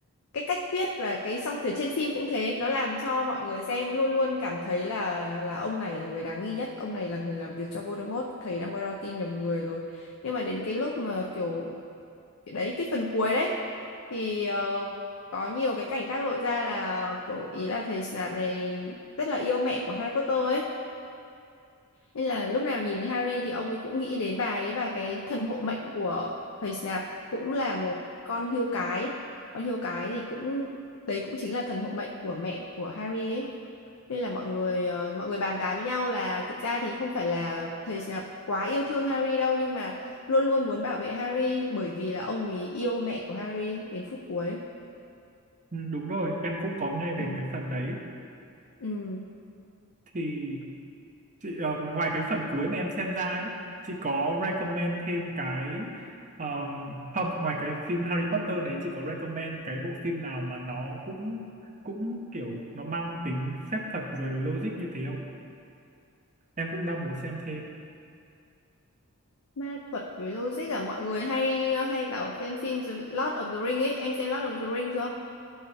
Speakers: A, on the left; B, on the right.
A: cái cách viết và cái song từ trên phim cũng thế nó làm cho mọi người xem luôn luôn cảm thấy là là ông này là người đáng nghi nhất ông này là người làm việc cho Voldemort thầy Dumbledore tin nhầm người rồi nhưng mà đến cái lúc mà kiểu cái đấy cái phần cuối đấy thì ờ, có nhiều cái cảnh khác lộ ra là kiểu ý là thầy Snape này rất là yêu mẹ của Harry Potter ấy nên là lúc nào nhìn thấy Harry thì ông ấy cũng nghĩ đến bà ấy và cái thần hộ mệnh của thầy Snap cũng là một con hươu cái. Con hươu cái thì cũng đấy cũng chính là thần hộ mệnh của mẹ của Harry ấy. Nên là mọi người ờ, mọi người bàn tán với nhau là thực ra thì không phải là thầy Snap quá yêu thương Harry đâu nhưng mà luôn luôn muốn bảo vệ Harry bởi vì là ông ấy yêu mẹ của Harry đến phút cuối.
B: ừ, đúng rồi, em cũng có nghe về
A: Ừ.
B: cái phần đấy.
A: Ừ.
B: Thì chị ờ, ngoài cái phần cuối mà em xem ra ấy, chị có recommend thêm cái ờm, không, ngoài cái phim Harry Potter đấy chị có recommend cái bộ phim nào mà nó cũng cũng kiểu nó mang tính phép thuật rồi logic như thế không? Em cũng đang muốn xem thêm.
A: Ma thuật với logic à mọi người hay hay bảo xem phim The Lord of the Ring ấy, em xem Lord of the Ring chưa?